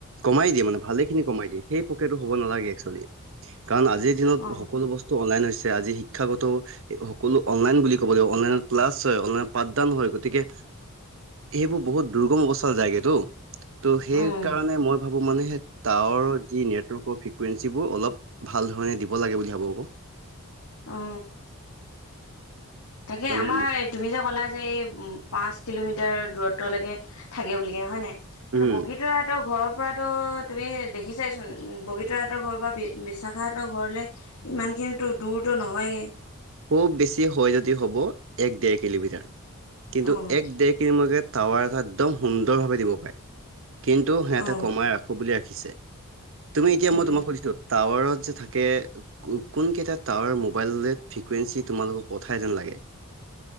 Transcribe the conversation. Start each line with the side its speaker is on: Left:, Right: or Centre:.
Right: কমাই দিয়ে মানে ভালে খিনি কমাই দিয়ে সেই প্ৰক্ৰিয়া টো হ'ব নালাগে এক্সচলি। কাৰণ আজিৰ দিনত
Left: অ অ
Right: সকলো বস্তু অনলাইন হৈছে যি শিক্ষাগত সকলো অনলাইন বুলি ক'ব লাগিব অনলাইন ক্লাছ হয়, অনলাইন পাঠদান হয়, গতিকে সেইবোৰ বহুত দুৰ্গম অৱস্থাৰ জায়গেতটো ত' সেই
Left: উম
Right: কাৰণে মই ভাবো মানে হে। টাৱাৰৰ যি নেটৱৰ্কৰ ফ্ৰিকুৱেঞ্চিবোৰ অলপ ভাল ধৰণে দিব লাগে বুলি ভাবো আকৌ
Left: অ।
Right: <unintelligible>
Left: তাকে
Right: মানে
Left: আমাৰ
Right: মই
Left: তুমি যে ক'লা যে এই উম পাঁচ। কিলোমিটাৰ দূৰত্বলৈকে থাকে বুলি কিনে হয় নাই এইটো
Right: উম
Left: বগীতৰাহঁতৰ ঘৰৰ পৰাতো তুমি দেখি চাইচোন বগীতৰা হঁতৰ ঘৰ বি বিশ্বাখাহঁতৰ ঘৰলৈ ইমান কিন্তু দূৰত ত নহয গে
Right: খুব বেছি হয় যদি হ'ব এক ডেৰ কিলোমিটাৰ কিন্তু
Left: অ',
Right: এক ডেৰ কিলোমিটাত টাৱাৰ এটা একদম সুন্দৰভাৱে দিব পাৰে কিন্তু সিহঁতে
Left: অ',
Right: কমাই ৰাখোঁ বুলি ৰাখিছে তুমি এতিয়া
Left: উম,
Right: মই তোমাক সুধিছোঁ টাৱাৰত যে থাকে কোন কেইটা টাৱাৰ মোবাইল ফ্ৰিকুৱেঞ্চি তোমালোকক পঠাই যেন লাগে